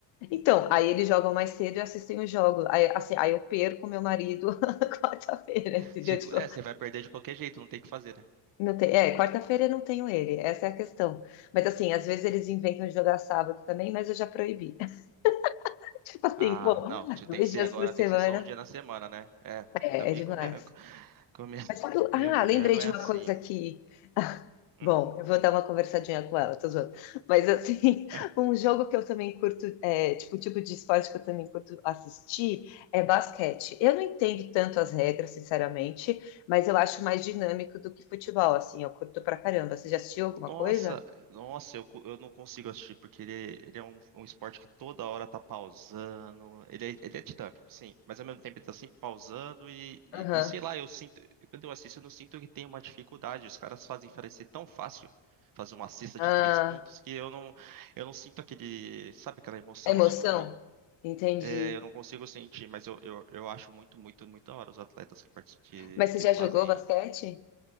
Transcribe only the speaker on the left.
então, aí eles jogam mais cedo e assistem o jogo. Aí, assim, aí eu perco meu marido <laughs> quarta-feira, entendeu?
Tipo,
não tem, é, quarta-feira eu não tenho ele, essa é a questão. Mas assim, às vezes eles inventam de jogar sábado também, mas eu já proibi. <laughs> Tipo assim,
pô,
dois
dias
por semana
é,
é demais.
Mas
sabe, ah,
lembrei
de
uma
coisa que,
Bom, eu vou dar uma conversadinha com ela, tô zoando. Mas assim, <laughs>
um jogo que eu também curto, é, tipo, o tipo de esporte que eu também curto assistir é basquete. Eu não entendo tanto as regras, sinceramente, mas eu acho mais dinâmico do que futebol, assim, eu curto pra caramba. Você já assistiu alguma
coisa?
Aham.
Ah,
é emoção?
Entendi.
Mas você
já
jogou basquete?